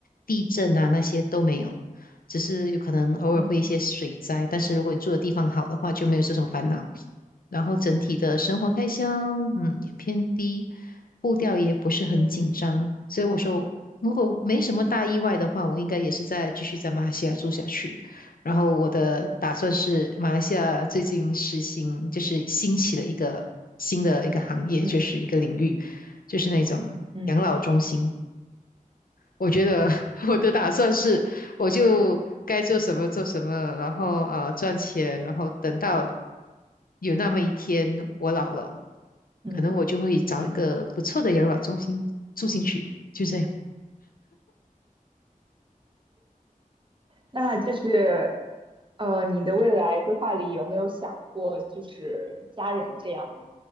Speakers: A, on the left; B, on the right.
A: 地震啊那些都没有。只是有可能偶尔会一些水灾，
B: 嗯
A: 但是如果你住的地方好的话，就没有这种烦恼。然后整体的生活开销，
B: 嗯
A: 嗯，也偏低，步调也不是很紧张，
B: 嗯
A: 所以我说，如果没什么大意外的话，我应该也是在继续在马来西亚住下去。然后我的打算是，马来西亚最近实行就是兴起了一个新的一个行业，
B: 嗯
A: 就是一个领域，就是那种养老中心。
B: 嗯嗯
A: 我觉得 <laughs> 我的打算是，我就该做什么做什么，然后呃赚钱，然后等到有那么一天我老了，
B: 嗯嗯。
A: 可能我就会找一个不错的养老中心住进去，就这样。
B: 那就是，呃，你的未来规划里有没有想过就是家人这样呢？